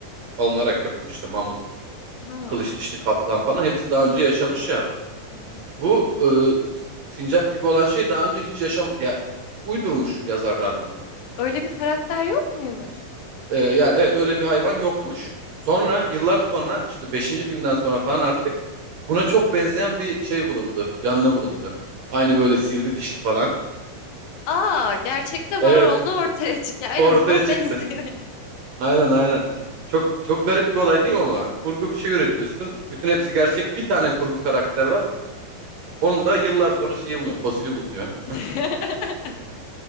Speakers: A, on the right; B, on the left.
A: alınarak yapılmıştı. Mamut,
B: Hmm,
A: kılıç dişli kaplan falan hepsi daha önce yaşamış ya.
B: hı hı.
A: Bu e, sincap gibi olan şey daha önce hiç yaşam ya uydurmuş yazarlar bunu.
B: Öyle bir karakter yok muymuş?
A: Ee, yani evet öyle bir hayvan yokmuş. Sonra yıllar sonra işte beşinci filmden sonra falan artık buna çok benzeyen bir şey bulundu. Canlı bulundu. Aynı böyle sivri dişli falan.
B: Aa, gerçekte
A: Evet
B: var oldu ortaya çıkıyor. En
A: ortaya
B: azından
A: çıktı.
B: benziyor.
A: Aynen aynen. Çok çok garip bir olay değil mi ama? Kurgu bir şey üretiyorsun. Bütün hepsi gerçek. Bir tane kurgu karakter var. Onu da yıllar sonra şeyi bulunuyor. Fosili bulunuyor.
B: <laughs>
A: <laughs>